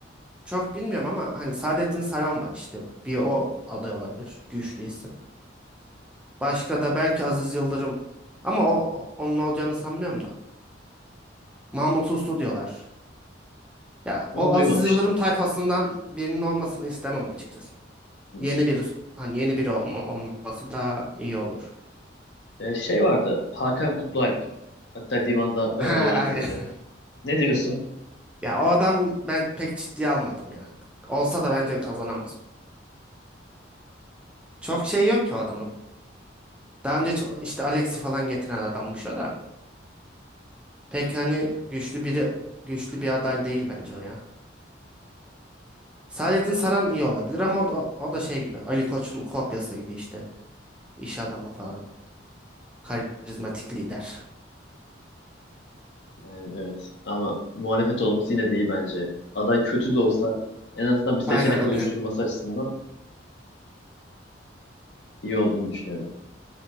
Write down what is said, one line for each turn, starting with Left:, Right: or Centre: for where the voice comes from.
Centre: çok bilmiyorum ama hani Saadettin Saran var işte. Bir o aday olabilir. Güçlü isim. Başka da belki Aziz Yıldırım ama o o- onun olacağını sanmıyorum da. Mahmut Uslu diyorlar. Ya
Left: Onu
Centre: o
Left: duymamıştım.
Centre: Aziz Yıldırım tayfasından birinin olmasını istemem açıkçası.
Left: Hı.
Centre: Yeni bir hani yeni biri olma- olması daha iyi olur.
Left: Ee, şey vardı. Hakan Kutlualp. Hatta divanda ben
Centre: <laughs>
Left: aday
Centre: Ha,
Left: olurum
Centre: aynen.
Left: dedi. Ne diyorsun?
Centre: Ya o adam ben pek ciddiye almadım yani. Olsa da bence kazanamaz. Çok şey yok ki o adamın. Daha önce ço- işte Alex'i falan getiren adammış o da. Pek hani güçlü biri güçlü bir aday değil bence o ya. Saadettin Saran iyi olabilir ama o da, o da şey gibi Ali Koç'un kopyası gibi işte. İş adamı falan. Karizmatik lider.
Left: Yani evet. Ama muhalefet olması yine de iyi bence. Aday kötü de olsa en azından bir seçenek
Centre: Aynen
Left: oluşturması
Centre: aynen.
Left: açısından iyi olduğunu düşünüyorum.